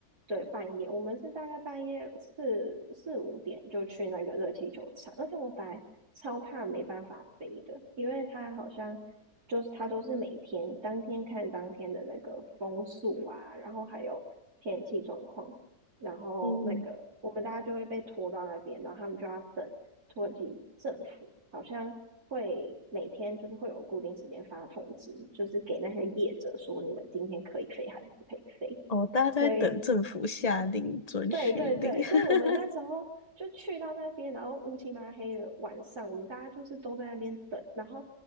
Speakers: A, on the right; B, on the left.
A: 对半夜，我们是大概半夜四四五点就去那个热气球场，而且我本来超怕没办法飞的，因为它好像就是它都是每天当天看当天的那个风速啊，然后还有天气状况，然后那个我们大家就会被拖到那边，
B: 嗯，
A: 然后他们就要等。土耳其政府好像会每天就是会有固定时间发通知，就是给那些业者说你们今天可以飞还是不可以飞。
B: 哦，大家在等政府下令准许令。
A: 所以，对对对，
B: <laughs>
A: 所以我们那时候就去到那边，然后乌漆嘛黑的晚上，我们大家就是都在那边等，然后